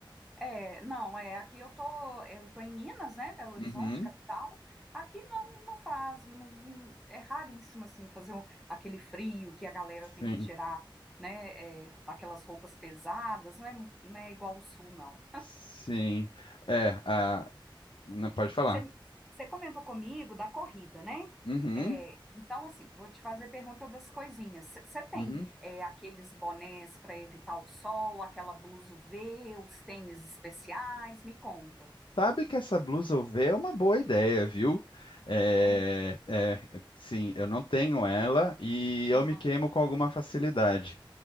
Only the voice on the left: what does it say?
Uhum,
sim,
sim. É, a, não pode falar.
Uhum,
uhum.
Sabe que essa blusa UV é uma boa ideia, viu? É,
é, sim, eu não tenho ela e eu
me queimo com alguma facilidade.